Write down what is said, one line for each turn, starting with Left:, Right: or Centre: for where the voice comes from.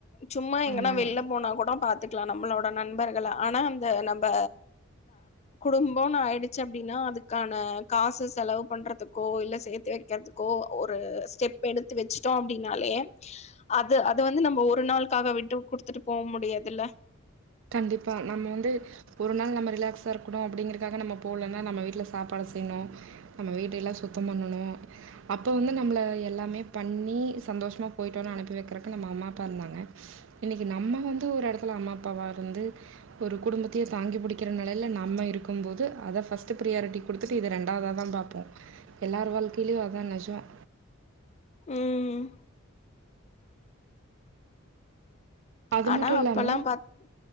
Left: சும்மா எங்கன்னா
Right: ஆமா
Left: வெளில போனா கூட பா்த்துட்டு லாம் நம்மளோட நண்பர்க ஆனா அந்த நம்ம குடும்பம்னு ஆயிடுச்சு அப்டின்னா அதுக்கான காசு செலவு பண்றதுக்கு கோ இல்ல சேர்த்து வைக்கிறதுக்கோ ஒரு ஸ்டெப் எடுத்து வச்சுட்டோம் அப்டின்னாலே அது அத வந்து நம்ம ஒரு நாளுக்காக விட்டு குடுத்துட்டு போக முடியாதுல
Right: கண்டிப்பா நம்ம வந்து ஒரு நாள் நம்ம ரிலாக்ஸா இருக்கணும் அப்டிங்கற அதுக்காக நாம போலன நம்ம வீட்டுல சாப்பாடு செய்யணும் நம்ம வீட்டஎல்லாம் சுத்தம் பண்ணும் அப்ப வந்து நம்பல எல்லாமே பண்ணி சந்தோஷமா போயிட்டுவானு அனுப்பி வைக்கிறதுக்கு நம் அம்மா அப்பா இருந்தாங்க இன்னைக்கி நம்ம வந்து ஒரு இடத்துல அம்மா அப்பாவா இருந்து ஒரு குடும்பத்தையே தாங்கி பிடிக்கிற நிலையில நம்ம இருக்கும் போது அதை ஃபர்ஸ்ட்ட் ப்ரியாரிட்டி கொடுத்துட்டு இத ரெண்டாவதாக தான் பாப்போம் எல்லார் வாழ்க்கையிலயும் அதான் நெஜம்
Left: ம்
Right: அது
Left: ஆனா
Right: மட்டும் இல்லாம
Left: அப்பல்லா பாத்